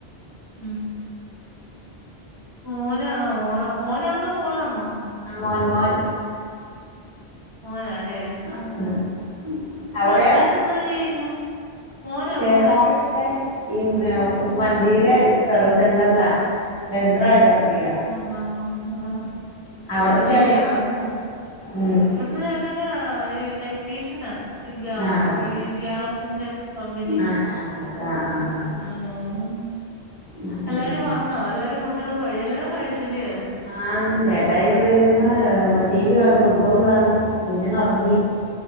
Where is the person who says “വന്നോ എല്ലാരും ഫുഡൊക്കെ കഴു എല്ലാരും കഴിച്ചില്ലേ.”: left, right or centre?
Left